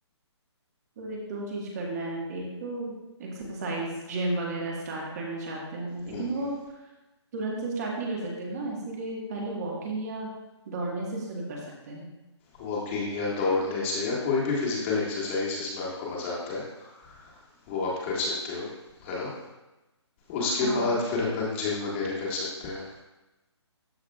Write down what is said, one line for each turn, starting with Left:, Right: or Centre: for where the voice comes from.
Right: तो एक दो चीज करना है एक तो एक्सरसाइज जिम वगैरह स्टार्ट करना चाहते हैं हम लेकिन
Left: हम्म
Right: वो तुरंत से स्टार्ट नहीं कर सकते ना इसीलिए पहले वॉकिंग या दौड़ने से शुरू कर सकते हैं
Left: वॉकिंग या दौड़ने से या कोई भी फिजिकल एक्सरसाइज जिसमें आपको मजा आता है वो आप कर सकते हो है ना उसके
Right: हाँ
Left: बाद फिर अपन जिम वगैरह कर सकते हैं